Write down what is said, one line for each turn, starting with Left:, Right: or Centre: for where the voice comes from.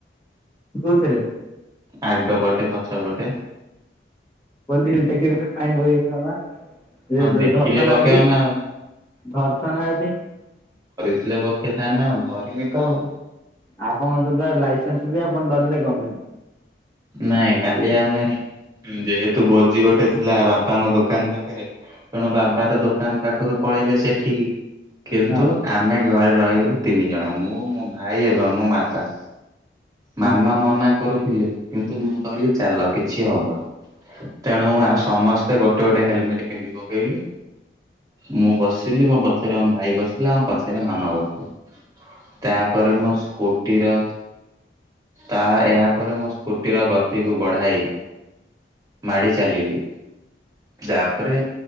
Left: କୋଉଥିରେ?
Right: ଆଗ ପଟେ ପଛ ପଟେ
Left: ପୋଲିସ ଦେଖିଥିଲେ ଫାଇନ ପକେଇ ଦେଇଥାନ୍ତା।
Right: ହଁ ଦେଖିଲେ
Left: ଧରଥାନ୍ତା
Right: ପକେଇବ
Left: ଜଦି
Right: ନା ଆଉ
Left: ଧରିଥାନ୍ତା ଜଦି?
Right: ଥିଲେ ପକ୍ଷେଇ ଥାନ୍ତିନା ଆଉ ଧରିନି ତ ଆଉ।
Left: ଆପଣଙ୍କ ଦରକାର ଲାଇସେନ୍ସ ଥିଲା ଆପଣ ଡରିଲ କଣ ପାଇଁ?
Right: ନାଇଁ କାଲି ଆମେ ହେ ଯେହେତୁ ଭୋଜି ଗୋଟେ ଥିଲା ବାପାଙ୍କ ଦୋକାନ ପାଖରେ ତେଣୁ ବାବା
Left: ପାଇଁ?
Right: ତ ଦୋକାନ ପାଖରୁ ପଳେଇଲେ ସେଠିକି କିନ୍ତୁ
Left: ହଁ
Right: ଆମେ ଘରେ ରହିଗଲୁ ତିନି ଜଣ ମୁଁ, ମୋ ଭାଇ, ଏବଂ ମୋ ମାତା।
Left: ହଁ
Right: ମାମା
Left: ହଁ
Right: ମନା କରୁଥିଲେ କିନ୍ତୁ ମୁଁ କହିଲି ଚାଲ କିଛି ହବନି। ତେଣୁ
Left: ହଁ
Right: ଆଉ ସମସ୍ତେ ଗୋଟେ ଗୋଟେ ହେଲମେଟ ପିନ୍ଧି ପକେଇଲୁ। ମୁଁ ବସିଲି ମୋ ବ ପଛରେ ଆମ ଭାଇ ବସିଲା ପଛରେ ମାମା ବସିଥି ତା ପରେ ମୋ ସ୍କୁୋଟିର ତା-ଏହାପରେ ମୋ ସ୍ ସ୍କୁଟିର ଗତିକୁ ବଢାଇ ମାଡି ଚାଲିଲି ଯାପରେ